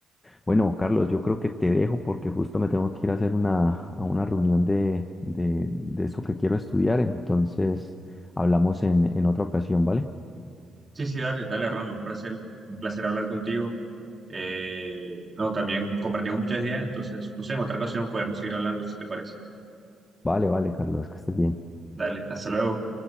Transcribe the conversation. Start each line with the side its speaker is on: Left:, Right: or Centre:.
Left: Bueno, Carlos, yo creo que te dejo porque justo me tengo que ir a hacer una, a una reunión de, de, de eso que quiero estudiar, entonces hablamos en, en otra ocasión, ¿vale?
Right: Sí, sí, dale, dale, Ron, un placer, un placer hablar contigo. Eh, no, también compartimos muchas ideas, entonces, no sé, en otra ocasión podemos seguir hablando, si te parece.
Left: Vale, vale, Carlos, que estés bien.
Right: Dale, hasta luego.